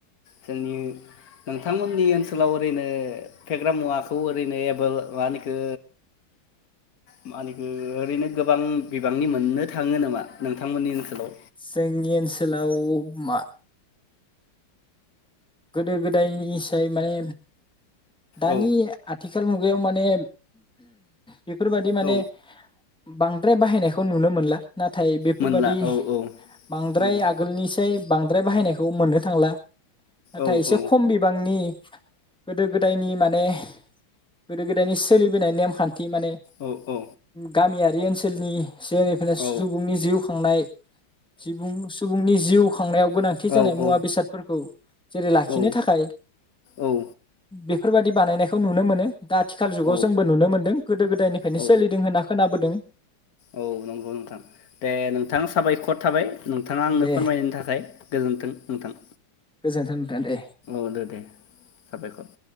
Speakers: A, on the left (about 55°); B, in the centre.
A: जोंनि नोंथांमोननि ओनसोलाव ओरैनो फेग्रा मुवाखौ ओरैनो एबा मा ओनो इखो मा ओनो इखो ओरैनो गोबां बिबांनि मोननो थाङो नामा नोंथांमोननि ओनसोलाव?
B: जोंनि ओनसोलाव मा गोदो गोदायनिसाय माने दानि
A: औ
B: आथिखाल मु गायाव माने बेफोरबादि माने
A: औ
B: बांद्राय बाहायनायखौ नुनो मोनला नाथाय बेफोरबादि
A: मोनला औ औ
B: बांद्राय
A: नंगौ
B: आगोलनिसाय बांद्राय बाहायनायखौ मोननो थांला नाथाय
A: औ
B: एसे
A: औ
B: खम बिबांनि गोदो गोदायनि माने गोदो गोदायनि सोलिबोनाय नेमखा न्थि माने
A: औ औ
B: गामिया बे ओनसोलनि सिगांनिफ्रायनो
A: औ
B: सुबुंनि जिउ खांनाय सुबुं सुबुंनि जिउ खांनायाव गोनांथि
A: औ
B: जानाय मुवा- बेसादफोरखौ जेरै लाखिनो
A: औ
B: थाखाय बे
A: औ
B: बेफोरबायादि बानायनायखौ नुनो मोनो दा आथिखाल जुगाव
A: औ
B: जोंबो नुनो मोन्दों गोदो गोदायनिफ्रायनो
A: औ
B: सोलिदों होनना खोनाबोदों
A: औ नंगौ नोंथां दे नोंथां साबाय खर थाबाय नोंथाङा आंनो
B: दे
A: फोरमायनायनि थाखाय गोजोन्थों नोंथां
B: गोजोन्थों नोंथां दे।
A: औ दो दे साबायखर